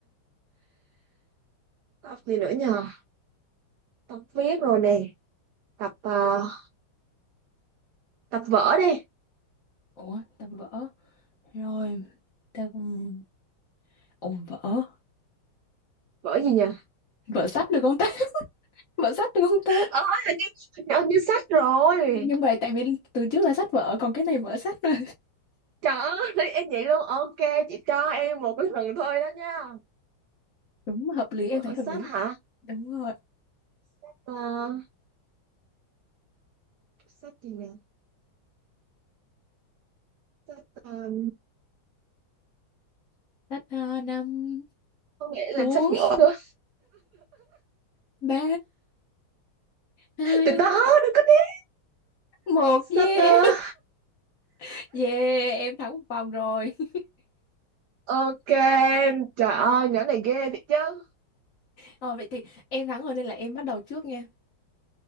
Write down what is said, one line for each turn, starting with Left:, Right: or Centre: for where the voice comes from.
Right: tập gì nữa nhờ tập viết rồi nè tập ờ, tập vở đi
Left: ủa ta vỡ rồi ta cũng ồ vỡ
Right: vở gì nhờ
Left: vỡ sách được không ta <laughs> vỡ sách được không ta
Right: ờ hình như hình như sách rồi
Left: nhưng mà tại vì từ trước là sách vở còn cái này vỡ sách mà
Right: trời ơi em vậy luôn ok chị cho em một cái lần thôi đó nha
Left: <laughs> đúng hợp lý
Right: vở
Left: em thấy hợp
Right: sách
Left: lý
Right: hả
Left: đúng rồi
Right: sách ờ, sách gì nhờ sách ờ,
Left: sách ờ, năm
Right: không nghĩ là
Left: bốn
Right: sách nữa nữa
Left: ba hai
Right: từ từ đừng có biết
Left: một
Right: sách
Left: yeah
Right: ờ,
Left: <laughs> yeah em thắng một vòng rồi <laughs>
Right: ok trời ơi nhỏ này ghê thiệt chứ
Left: Ờ vậy thì em thắng rồi nên là em bắt đầu trước nha.